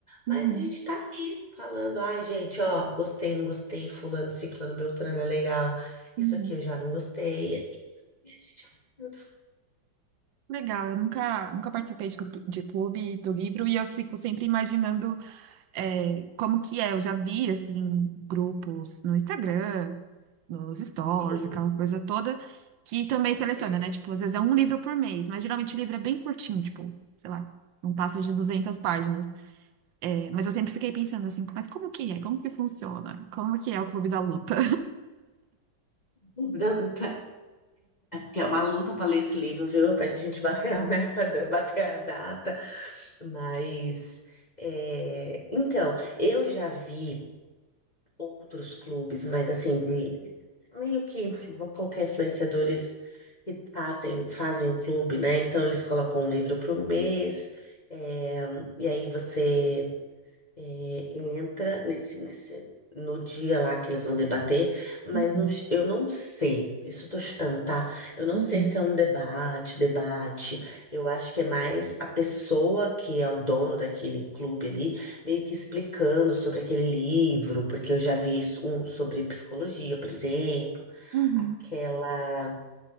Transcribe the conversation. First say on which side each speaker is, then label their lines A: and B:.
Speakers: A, on the right; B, on the left.
A: Uhum,
B: mas a gente tá ali falando, ai, gente, ó, gostei, não gostei, fulano, ciclano, beltrano é legal.
A: uhum.
B: Isso aqui eu já não gostei. É isso. E a gente vai indo.
A: Legal, eu nunca, nunca participei de clube, de clube do livro e eu fico sempre imaginando é, como que é. Eu já vi, assim, grupos no Instagram, nos stories,
B: Sim,
A: aquela coisa toda, que também seleciona,
B: é.
A: né? Tipo, às vezes é um livro por mês, mas geralmente o livro é bem curtinho, tipo, sei lá, não passa de 200 páginas. É, mas eu sempre fiquei pensando assim, mas como que é? Como que funciona? Como que é o Clube da Luta?
B: Luta. <laughs> É uma luta para ler esse livro, viu? Pra gente bater a meta, bater a data. Mas, é... então, eu já vi outros clubes, mas assim, de meio que influ- vou colocar influenciadores que fazem, fazem o clube, né? Então eles colocam um livro por mês, é, e aí você é, entra nesse, nesse, no dia lá que eles vão debater, mas
A: Uhum,
B: não, ch- eu não sei, isso eu tô chutando, tá? Eu não
A: uhum,
B: sei se é um debate, debate, eu acho que é mais a pessoa que é o dono daquele clube ali, meio que explicando sobre aquele livro, porque eu já vi isso, um sobre psicologia, por exemplo,
A: uhum.
B: aquela...